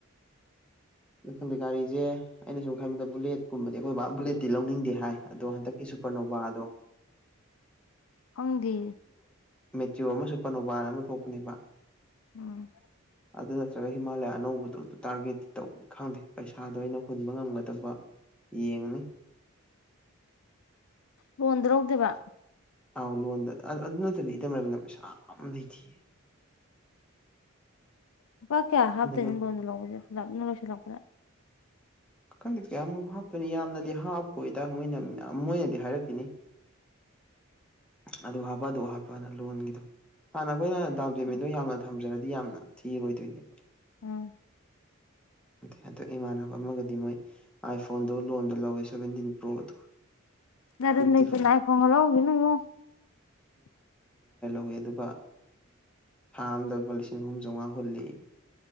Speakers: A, in the centre; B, on the left.
A: ꯑꯈꯟꯗꯦ ꯒꯥꯔꯤꯁꯦ ꯑꯩꯅ ꯁꯨꯝ ꯈꯟꯕꯗ ꯕꯨꯂꯦꯠꯀꯨꯝꯕꯗꯤ ꯑꯩꯈꯣꯏ ꯕꯥ ꯕꯨꯂꯦꯠꯇꯤ ꯂꯧꯅꯤꯡꯗꯦ ꯍꯥꯏ ꯑꯗꯣ ꯍꯟꯗꯛꯀꯤ ꯁꯨꯄꯔꯅꯣꯕꯥꯗꯣ
B: ꯍꯪꯗꯤ
A: ꯃꯦꯇ꯭ꯌꯨ ꯑꯃꯁ ꯄꯅꯣꯕꯥꯟ ꯑꯃ ꯊꯣꯛꯄꯅꯦꯕ
B: ꯎꯝ
A: ꯑꯗꯨ ꯑꯗꯨ ꯆ ꯍꯤꯃꯂꯌꯥꯅꯧꯕ ꯇꯔꯒꯦꯠ ꯇꯧꯅꯤ ꯈꯪꯗꯦ ꯄꯩꯁꯥꯗꯣ ꯑꯩꯅ ꯍꯨꯟꯕ ꯉꯝꯒꯗꯕ ꯌꯦꯡꯅꯤ
B: ꯂꯣꯟꯗ ꯂꯧꯗꯣꯏꯕ
A: ꯑꯥꯎ ꯂꯣꯟꯗ ꯑꯗꯨ ꯅꯠꯇꯗꯤ ꯏꯇꯝ ꯂꯩꯕꯤꯅ ꯄꯩꯁꯥ ꯌꯥꯝ ꯂꯩꯇꯌꯦ
B: ꯂꯨꯄꯥ ꯀꯌꯥ ꯍꯥꯞꯇꯣꯏꯅꯣ
A: ꯂꯧ
B: ꯂꯣꯟꯗ ꯂꯧꯗꯁꯦ ꯄꯨꯂꯞ ꯅ ꯂꯣꯏꯁꯤꯜꯂꯛꯄꯗ
A: ꯈꯪꯗꯦ ꯀꯌꯥꯃꯨꯛ ꯍꯥꯞꯇꯣꯏꯅꯣ ꯌꯥꯝꯅꯗꯤ ꯍꯥꯞꯄꯣꯏꯗ ꯃꯣꯏꯅ ꯃꯣꯏꯅꯗꯤ ꯍꯥꯏꯔꯛꯈꯤꯅꯤ ꯑꯗꯨ ꯍꯥꯞꯄ ꯑꯗꯨ ꯍꯥꯞꯄꯅ ꯂꯣꯟꯒꯤꯗꯣ ꯍꯥꯟꯅ ꯑꯩꯈꯣꯏꯅ ꯗꯥꯎꯖꯕꯤꯗꯣ ꯌꯥꯝꯅ ꯊꯝ ꯐꯖꯔꯗꯤ ꯌꯥꯝꯅ ꯊꯤꯔꯣꯏꯗꯣꯏꯅꯦꯕ
B: ꯎꯝ
A: ꯍꯟꯗꯛ ꯏꯃꯥꯟꯅꯕ ꯑꯃꯒꯗꯤ ꯃꯣꯏ ꯑꯥꯏꯐꯣꯟꯗꯣ ꯂꯣꯟꯗ ꯂꯧꯋꯦ ꯁꯚꯦꯟꯇꯤꯟ ꯄ꯭ꯔꯣꯗꯣ
B: ꯅꯔꯥꯜ
A: ꯐꯤꯐꯇꯤ
B: ꯂꯩꯇ
A: ꯐꯥꯏꯚ
B: ꯑꯥꯏ ꯐꯣꯟꯒ ꯂꯧꯈꯤꯅꯨ ꯏꯕꯨꯡꯉꯣ
A: ꯌꯦ ꯑꯗꯨꯒ ꯊꯥ ꯑꯃꯗꯕ ꯂꯤꯁꯤꯡ ꯑꯍꯨꯝ ꯆꯥꯝꯃꯉꯥ ꯍꯨꯜꯂꯤ